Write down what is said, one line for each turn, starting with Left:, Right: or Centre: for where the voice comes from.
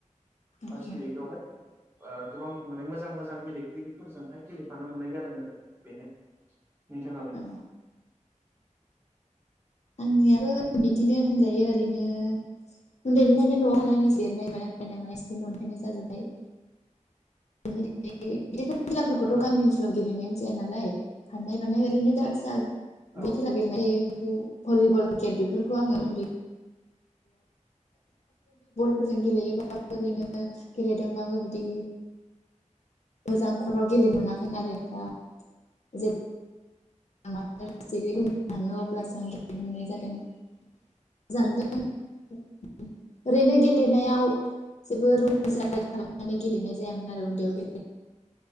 Left: नोंथाङा
Right: फस्थि रगहाय <unintelligible> ओ गोबां माने मोजां मोजां गेलेगिरिफोरजोंहाय गेलेफानो मोननाय जादों आरो बेनो। नोंथाङालाय?
Left: औ आंनियाबो बिदिनो होनजायो ओरैनो उन्दैनिफ्रायनो न'आव हानानै जिरनाय बानाय फायनाय मानाय न'निफ्रायनो जाजोब्बाय। <unintelligible> बेफोर खेलाफोरखौथ'
Right: औ
Left: गामि ओनसोलाव गेलेनायानो जा जाया नालाय खारनाय बारनाय ओरैनो दा फिसा
Right: औ
Left: बे खेला गेलेनाय जायो भ-भलिबल क्रिकेट बेफोरखौ आङो उन्दै फोरजों गेलेयोबा ओरैनो गेलेदोंबाबो बिदि मोजां गेलेनो मोनाखै आरो दा <unintelligible> मास्टारस डिग्रिखौ <unintelligible> थाङो अब्लासो आं गेलेनो मोननाय जादों <unintelligible> <unintelligible> ओरैनो गेले नायाव जेबो <unintelligible> माने गेलेनाय जायामोन आरो उन्दैयाव गे